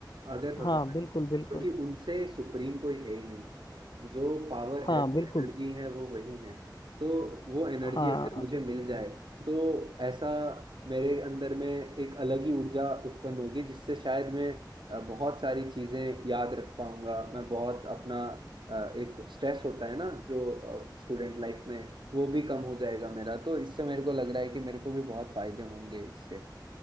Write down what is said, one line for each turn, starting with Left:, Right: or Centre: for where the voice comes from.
Right: अगर भगवान
Left: हाँ बिल्कुल बिल्कुल
Right: क्योंकि उनसे सुप्रीम कोई है ही नहीं जो पावर
Left: हाँ
Right: है जो
Left: बिल्कुल
Right: एनर्जी है वो वही है तो वो एनर्जी
Left: हाँ
Right: अगर मुझे मिल जाए तो ऐसा मेरे अंदर में एक अलग ही ऊर्जा उत्पन्न होगी जिससे शायद मैं अ, बहुत सारी चीजें याद रख पाऊंगा मैं बहुत अपना अ, एक स्ट्रेस होता है ना जो स्टूडेंट लाइफ में वो भी कम हो जाएगा मेरा तो इससे मेरे को लग रहा है कि मेरे को भी बहुत फायदे होंगे इससे